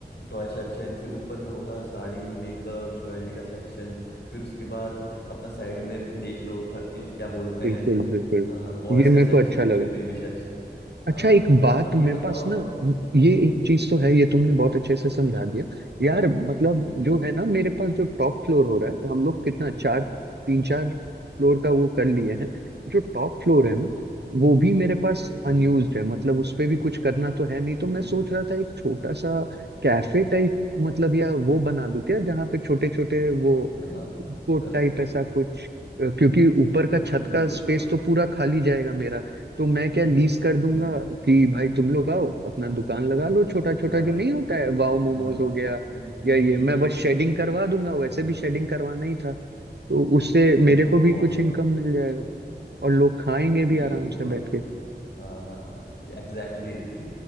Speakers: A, on the left; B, on the right.
A: टॉय सेक्शन फिर ऊपर में होगा साड़ी मेकअप ज्वेलरी का सेक्शन फिर उसके बाद अपना साइड में देख लो हर चीज क्या बोलते
B: बिल्कुल
A: हैं
B: बिल्कुल
A: बॉयज
B: ये मेरे
A: का सेक्शन
B: को अच्छा लगा
A: फिर बेबी सेक्शन
B: अच्छा
A: हाँ
B: एक बात
A: अब
B: मेरे
A: ये बताओ
B: पास ना
A: हम्म
B: ये एक चीज तो है ये तुमने बहुत अच्छे से समझा दिया
A: हम्म
B: यार मतलब
A: हम्म
B: जो है ना मेरे पास जो टॉप फ्लोर हो रहा है हम लोग कितना चार
A: हम्म
B: तीन चार फ्लोर का वो कर लिए हैं जो टॉप फ्लोर है
A: हम्म
B: ना वो भी मेरे पास
A: हम्म
B: अनयूज्ड है मतलब उस पे भी कुछ करना तो है नहीं तो
A: हम्म,
B: मैं सोच रहा था एक छोटा सा
A: हम्म,
B: कैफे
A: हम्म।
B: टाइप मतलब या वो बना दूं क्या जहाँ पे छोटे छोटे वो
A: हाँ हाँ
B: कोट
A: कर
B: टाइप
A: सकते
B: ऐसा
A: हो
B: कुछ अ, क्योंकि ऊपर
A: हम्म
B: का
A: हम्म
B: छत
A: हम्म, जरूर
B: का
A: जरूर
B: स्पेस तो पूरा खाली जाएगा मेरा तो मैं
A: हाँ
B: क्या
A: हाँ
B: लीज कर दूंगा
A: हम्म, हम्म,
B: कि भाई तुम लोग आओ अपना दुकान लगा लो छोटा छोटा
A: हाँ
B: जो नहीं होता है वाओ
A: हाँ
B: मोमोज
A: हाँ,
B: हो गया
A: हम्म, हम्म,
B: या ये
A: हम्म, हम्म,
B: मैं
A: हम्म,
B: बस शेडिंग
A: हम्म,
B: करवा दूंगा वैसे
A: समझ गया
B: भी शेडिंग करवाना ही था तो उससे
A: ये
B: मेरे
A: तो
B: को
A: बहुत
B: भी कुछ
A: सही
B: इनकम
A: है
B: मिल जाएगा और लोग खाएंगे
A: हाँ
B: भी
A: ये
B: आराम
A: तो बहुत
B: से बैठ
A: सही
B: के
A: है हाँ हाँ एग्जैक्टली <laughs>